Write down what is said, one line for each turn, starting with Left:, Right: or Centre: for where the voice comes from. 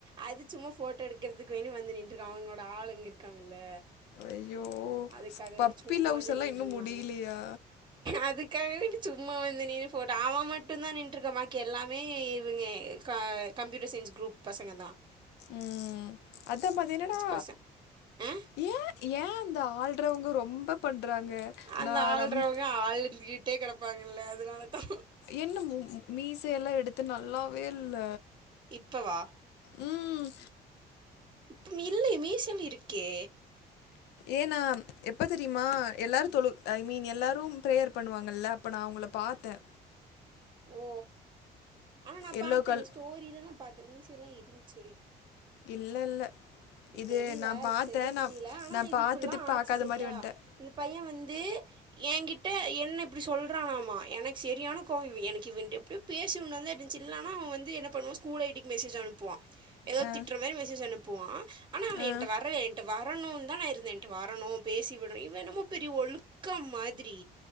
Right: அது சும்மா போட்டோ எடுக்கிறதுக்கு வேணி வந்து நின்ட்டு இருக்காங்க அவங்களோட ஆள் அங்க இருக்காங்கல்ல
Left: ஐய்யோ
Right: அதுக்காக
Left: பப்பி
Right: வேண்டி சும்மா
Left: லவ்ஸ்
Right: வந்து
Left: எல்லா
Right: நின்றுருந்தாங்க
Left: இன்னு முடிலியா
Right: அதுக்காகவே சும்மா வந்து நின்னு போட்ட அவ மட்டு தா நின்ட்டுருக்கா பாக்கி எல்லாமே இவங்க க கம்ப்யூட்டர் சயின்ஸ் குரூப் பசங்க தா
Left: ம் அதா பாத்தே என்னடா
Right: பர்சன் ஆ
Left: ஏ ஏ அந்த ஆளுறவங்க ரொம்ப பண்றாங்க
Right: அந்த
Left: நா
Right: ஆள்றவங்க
Left: ரம்
Right: ஆள்ந்துட்டே கெடப்பாங்கல்ல அதனாலதா
Left: என்ன மீசையெல்லா எடுத்து நல்லாவே இல்ல
Right: இப்பவா
Left: ம்
Right: ப் இல்ல மீசல் இருக்கே
Left: ஏனா எப்ப தெரியுமா எல்லாரு தொழு ஐ மீன் எல்லாரும் பிரேயர் பண்ணுவாங்கல்ல அப்ப நா அவங்கள பாத்த
Right: ஓ ஆனா நா
Left: எல்லோ
Right: பாத்தனே
Left: கல்
Right: ஸ்டோரியில நா பாத்த மீசல இருந்ச்சே
Left: இல்ல இல்ல இது
Right: தெரியல
Left: நான்
Right: அது
Left: பாத்தேன்
Right: சரியா
Left: நான்
Right: தெரியல ஆனா
Left: நான்
Right: இது
Left: பாத்துட்டு
Right: இப்யில்லா ஆச்சு
Left: பாக்காத
Right: சரியா
Left: மாரி வந்ட்டேன்
Right: இந்த பையன் வந்து என்கிட்ட என்ன இப்டி சொல்றானாமா எனக்கு செரியான கோவோ இவ எனக்கு இவன்ட எப்டி பேச உனுந்த இருந்துச்சு இல்லன்னா அவன் வந்து என்ன பண்ணுவான் ஸ்கூல் ஐடிக்கு மெசேஜ் அனுப்புவா ஏதோ
Left: அ
Right: திட்ற மேறி மெசேஜ் அனுப்புவா ஆனா அவ
Left: அ
Right: என்ட்ட வரவே என்ட வரணு தா நா இருந்த என்ட வரணு பேசி விடணும் இவ என்னமோ பெரிய ஒழுக்கம் மாதிரி